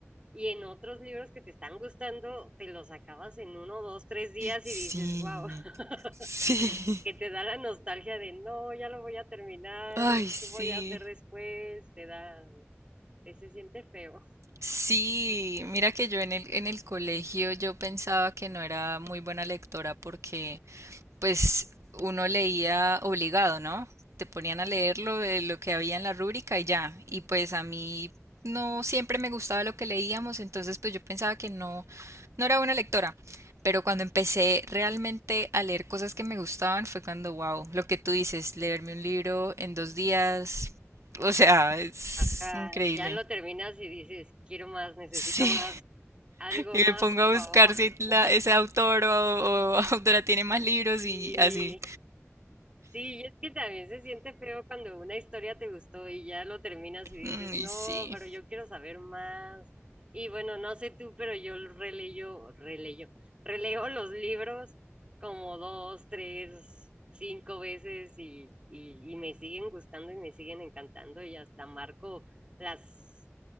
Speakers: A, on the right (about 25°); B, on the right (about 85°).
A: Y en otros libros que te están gustando, te los acabas en uno, dos, tres días
B: sí,
A: y dices, wow, <laughs>
B: sí.
A: que te da la nostalgia de, no, ya lo voy a terminar
B: Ay,
A: y
B: sí.
A: qué voy a hacer después, te da, te se siente feo.
B: Sí, mira que yo en el, en el colegio yo pensaba que no era muy buena lectora porque pues uno leía obligado, ¿no? Te ponían a leer lo, de lo que había en la rúbrica y ya. Y pues a mí no siempre me gustaba lo que leíamos, entonces pues yo pensaba que no, no era buena lectora. Pero cuando empecé realmente a leer cosas que me gustaban fue cuando, wow, lo que tú dices, leerme un libro en dos días, o sea, es
A: Ajá,
B: increíble.
A: y ya lo terminas y dices, quiero más, necesito
B: Sí.
A: más, algo
B: Y
A: más,
B: me pongo
A: por
B: a
A: favor.
B: buscar si la-
A: <laughs>
B: ese autor o, o <laughs> autora tiene más libros
A: Y
B: y así.
A: sí, y es que también se siente feo cuando una historia te gustó y ya lo terminas y dices,
B: Mm, y
A: no,
B: sí.
A: pero yo quiero saber más. Y bueno, no sé tú, pero yo releyo, releyo, releo los libros como dos, tres, cinco veces y, y, y me siguen gustando y me siguen encantando y hasta marco las